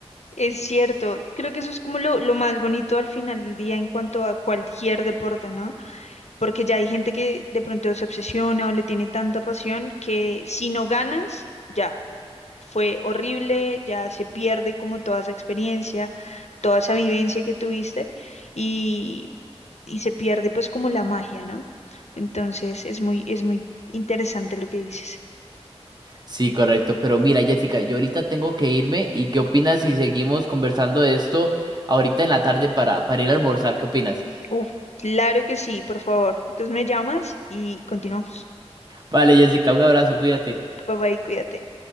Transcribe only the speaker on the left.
Es cierto, creo que eso es como lo, lo más bonito al final del día en cuanto a cualquier deporte, ¿no? Porque ya hay gente que de pronto se obsesiona o le tiene tanta pasión que si no ganas, ya, fue horrible, ya se pierde como toda esa experiencia, toda esa vivencia que tuviste y, y se pierde pues como la magia, ¿no? Entonces es muy, es muy interesante lo que dices.
Uf, claro que sí, por favor. Entonces me llamas y continuamos.
Bye bye, cuídate.